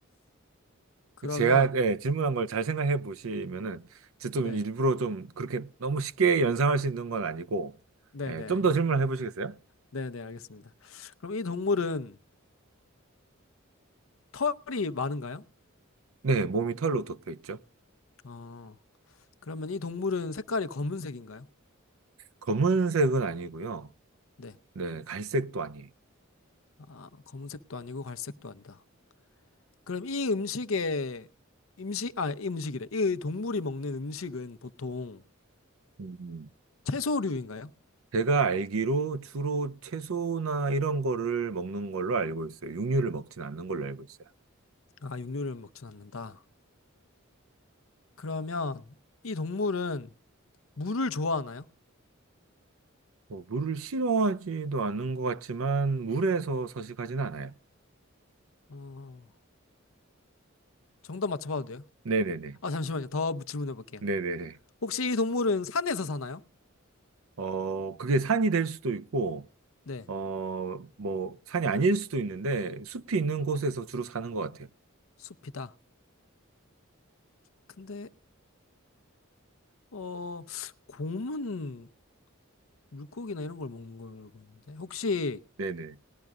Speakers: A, on the left (about 75°); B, on the right (about 80°).
A: 그러면,
B: 제가 예, 질문한 걸 잘 생각해 보시면은 제가 좀
A: 네,
B: 일부러 좀 그렇게 너무 쉽게 연상할 수 있는 건 아니고
A: 네네.
B: 예, 좀더 질문을 해 보시겠어요?
A: 네네, 알겠습니다. 그럼 이 동물은 털이 많은가요?
B: 네, 몸이 털로 덮여 있죠.
A: 어, 그러면 이 동물은 색깔이 검은색인가요?
B: 검은색은 아니고요.
A: 네.
B: 네, 갈색도 아니에요.
A: 아, 검은색도 아니고 갈색도 아니다. 그럼 이 음식에, 음식, 아, 이 음식이래. 이 동물이 먹는 음식은 보통
B: 음,
A: 채소류인가요?
B: 제가 알기로 주로 채소나 이런 거를 먹는 걸로 알고 있어요. 육류를 먹진 않는 걸로 알고 있어요.
A: 아, 육류를 먹진 않는다. 그러면 이 동물은 물을 좋아하나요?
B: 뭐, 물을 싫어하지도 않는 것 같지만 물에서 서식하진 않아요.
A: 어, 정답 맞춰봐도 돼요?
B: 네네네.
A: 아, 잠시만요. 더 질문해 볼게요.
B: 네네네.
A: 혹시 이 동물은 산에서 사나요?
B: 어, 그게 산이 될 수도 있고
A: 네.
B: 어, 뭐, 산이 아닐 수도 있는데, 숲이 있는 곳에서 주로 사는 것 같아요.
A: 숲이다. 근데 어, 곰은 물고기나 이런 걸 먹는 걸로 보는데 혹시
B: 네네.